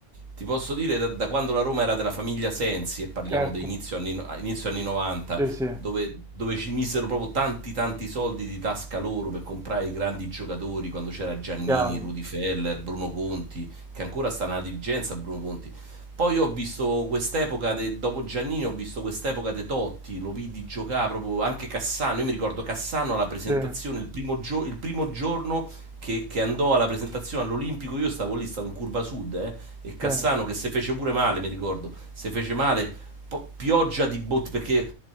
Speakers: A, on the right; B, in the centre.
A: Ti posso dire da, da quando la Roma era della famiglia Sensi, e parliamo
B: certo,
A: di inizio anni, no, inizio anni 90,
B: sì, sì,
A: dove, dove ci misero proprio tanti tanti soldi di tasca loro per comprare i grandi giocatori, quando c'era Giannini,
B: chiaro,
A: Rudy Feller, Bruno Conti, che ancora sta nella dirigenza Bruno Conti, poi ho visto quest'epoca, de- dopo Giannini, ho visto quest'epoca de Totti, lo vidi giocare proprio anche Cassano. Io mi ricordo Cassano alla presentazione,
B: sì,
A: il primo, gio- il primo giorno che, che andò alla presentazione all'Olimpico, io stavo lì, stavo in curva sud, eh, e Cassano
B: sì.
A: che se fece pure male, mi ricordo, se fece male, po- pioggia di botte, perché